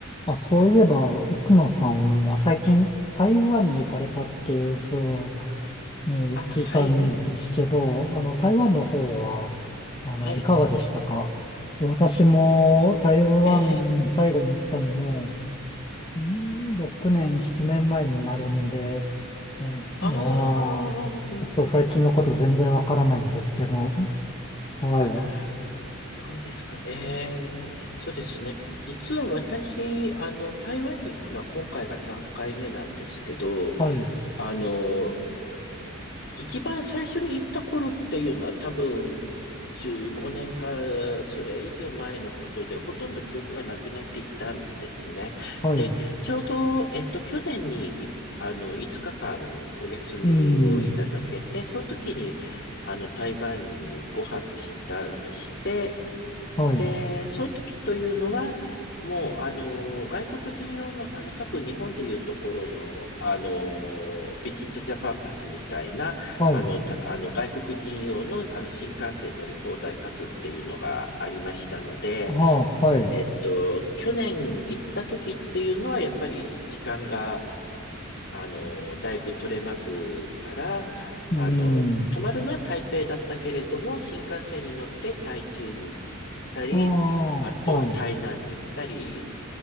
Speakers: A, on the left (about 25°); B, on the left (about 55°).
A: あ、そういえば、奥野さんは最近台湾に行かれたっていうふうに聞いたんですけど、
B: あ、はい、
A: あの、台湾の方は、あの、
B: はい、
A: いかがでしたか私も台湾最後に行ったのも、
B: ええ。
A: ん6年、7年前になるんで、えー、
B: ああ、
A: まあ、ちょっと最近のこと全然わからないんですけど、
B: うん、うん。
A: はい、
B: あ、そうですか、ええ、そうですね。実は私、あの、台湾に行くのは今回が3回目なんですけど、
A: はい、
B: あの、一番最初に行った頃っていうのは多分15年かそれ以上前のことでほとんど記憶がなくなっていたんですね。
A: はい、
B: で、ちょうど、えっと、去年にいあの5日間お休みをいただけて、
A: うん、
B: その時にあの台湾にご泊した、して、
A: はい、
B: で、その時というのは、もう、あの、外国人用の、あの、多分日本でいうところの、あの、ビジットジャパンパスみたいな、
A: はい、
B: あの、た、あの、外国人用の、あの、新幹線乗り放題パスっていうのがありましたので、
A: ああ、はい、
B: えっと、去年行った時っていうのは、やっぱり時間が、あの、だいぶ取れますから、
A: うん。
B: あの、泊まるのは台北だったけれども、新幹線に乗って台中に行ったり、
A: あ
B: あと台南に行ったり、
A: あ、はい。